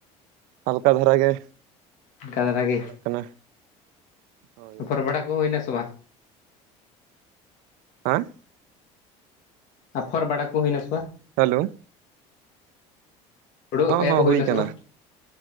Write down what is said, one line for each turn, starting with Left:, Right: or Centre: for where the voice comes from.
Right: ᱦᱟᱞᱠᱟ ᱫᱷᱟᱨᱟ ᱜᱮ᱾
Left: ᱚᱱᱠᱟ ᱫᱷᱟᱨᱟ
Right: ᱡᱚ
Left: ᱜᱮ
Right: ᱵᱟᱲᱟᱜ ᱠᱟᱱᱟ ᱦᱚᱸ᱾
Left: ᱟᱯᱷᱚᱨ ᱵᱟᱲᱟ ᱠᱚ ᱦᱩᱭᱱᱟ ᱥᱮ ᱵᱟ?
Right: ᱦᱟᱸ
Left: ᱟᱯᱷᱚᱨ ᱵᱟᱲᱟ ᱠᱩ ᱦᱩᱭᱱᱟ ᱥᱮ ᱵᱟᱝ?
Right: ᱦᱟ. ᱞᱚ᱾
Left: ᱦᱩᱲᱩ
Right: ᱦᱚᱸ
Left: ᱮᱨ
Right: ᱦᱚᱸ
Left: ᱠᱚ ᱦᱩᱭ ᱱᱟ
Right: ᱠᱟᱱᱟ
Left: ᱥᱮ ᱵᱟᱝ?